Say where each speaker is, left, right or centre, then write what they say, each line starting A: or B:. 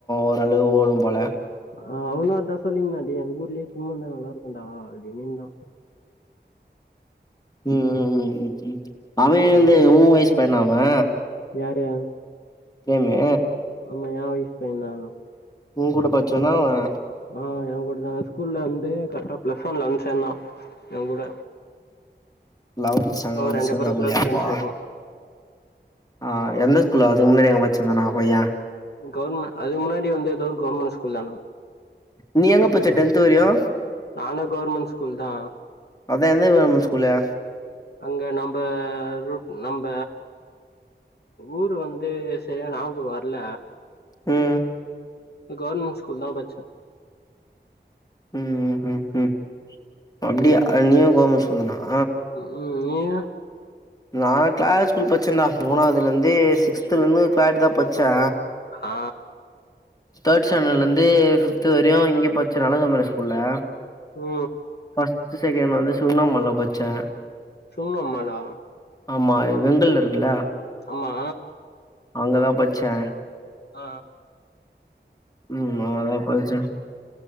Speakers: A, on the left; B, on the left.
A: ஓரளவு ஓடு போல
B: ஆ அவனு அதா சொல்லிருந்தா டே எங்க ஊர்லயே ஜிம்மு இந்தா நல்லாருக்கு டா அப்டின்னிந்தா
A: ம் ம் ம் அவே
B: சரி
A: எந்த ஊ வய்சு பையனா அவே
B: யாரு
A: பிரேமு
B: ஆமா யா வய்சு பையந்தா
A: ஊங்கூட பச்சவனா அவே
B: ஆ ஏங்கூட தா ஸ்கூல்ல வந்து கர்டா பிளஸ் ஒன்ல வந் சேந்தா ஏங்கூட
A: லவன்த் ஸ்டேன்டர்ல வந்து
B: ரெண்டு
A: சேந்தா
B: பேரும்
A: புல்லயா
B: க்ளோஸ் ஃப்ரெண்ட்ஸ்
A: அப்பா
B: ஆயிட்டோம்
A: ஆ எந்த ஸ்கூல்ல அதுக்கு முன்னாடி எங்க படிச்சிந்தானா பையே
B: கவுர்ம அதுக் முன்னாடி வந்து எதோ ஒரு கவுர்மெண்ட் ஸ்கூல் ஆனா
A: நீ எங்க பச்ச டென்த்து வரையு
B: நானூ கவர்மெண்ட் ஸ்கூல் தா
A: அதா எந்த கவுர்மென்ட் ஸ்கூல்லு
B: அங்க நம்ப ரூ நம்ப ஊரு வந்து செரியா ஞாபகோ வர்ல
A: ம்
B: கவுர்மென்ட் ஸ்கூல் தா பச்சே
A: ம் ம் ம் அப்டியா
B: ம்
A: நீயு கவர்மெண்ட் ஸ்கூல் தானா
B: ம் நீங்க
A: நா கிளாரா ஸ்கூல் பச்சேன்டா மூணாதுலேந்தே சிக்ஸ்துலந்து கிளார்லா தா பட்ச்சே
B: ஆ
A: தேட் ஸ்டாண்டட்லந்து ஃபிஃப்து வரையு இங்க பச்சே அழகர்மலை ஸ்கூல்ல
B: ஒ
A: ஃபஸ்ட்டு செகேண் வந்து சுகுணாமாள்ல பச்சே
B: சுகுணாம்மாள்லா
A: ஆமா வெங்கல்ல இருக்குல
B: ஆமா
A: அங்கதா பட்ச்சே
B: அ
A: ம் அங்கதா பட்ச்ச